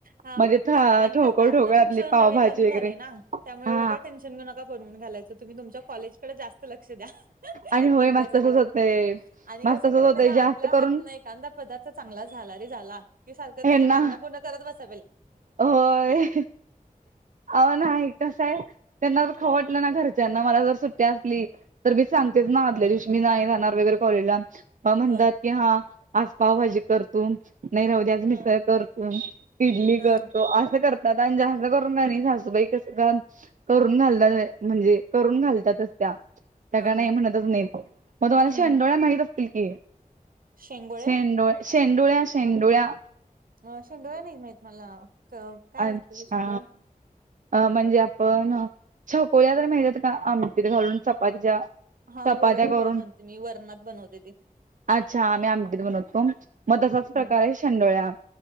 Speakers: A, on the right (about 75°); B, on the right (about 60°).
A: हा,
B: म्हणजे
A: हा आणि
B: ठोकळ
A: कसं आता
B: ठोकळ आपली
A: तुमचं
B: पावभाजी
A: नवीन लग्न
B: वगैरे
A: झालंय ना, त्यामुळे
B: हा
A: एवढं काय टेन्शन घेऊ नका. बनून घालायचं, तुम्ही तुमच्या कॉलेजकडे जास्त लक्ष द्या,
B: आणि होय
A: अभ्यासाकड
B: मस्त तसच होतय
A: आणि
B: मस्त
A: कस
B: तसच
A: होत माहितीये
B: होतय
A: का?
B: जास्त
A: आपल्या
B: करून
A: हातन एक एकांदा पदार्थ चांगला झाला रे झाला, की सारखं
B: हेना
A: त्याच्या मागण्या पूर्ण करत बसावेल
B: होय. अहो नाही, कसं आहे त्यांना तर खाऊ वाटलं ना घरच्यांना, मला जर सुट्टी असली तर मी सांगतेच ना आदल्या दिवशी मी नाही जाणार वगैरे कॉलेजला. म्हणतात
A: ह
B: की हा आज पावभाजी कर तू, नाही राहु आज मिसळ
A: ह
B: कर तू, इडली
A: ह
B: कर. असं करतात आणि जास्त करून का नाही सासूबाई कसं का. करून घालतात म्हणजे, करून घालत्यातच त्या. त्या
A: हा
B: का नाही
A: हा
B: म्हणतच नाही, मग तुम्हाला
A: हम्म
B: शेंडोळ्या
A: हम्
B: माहित असतील की
A: शेंगोळ्या
B: शेंडोळ शेंडोळ्या, शेंडोळ्या.
A: अ शेंडोळ्या नाही माहीत मला, काय
B: अच्छा
A: असतं ते शेंडोळ्या.
B: अ म्हणजे आपण चकोल्या तरी माहीत आहेत का, आमटीत घालून चपातीच्या
A: हा
B: चपात्या
A: वरणफळ
B: करून
A: म्हणते मी, वरणात बनवते ते.
B: अच्छा आम्ही आमटीत बनवतो, मग तशाच
A: हम्म
B: प्रकारे शेंडोळ्या.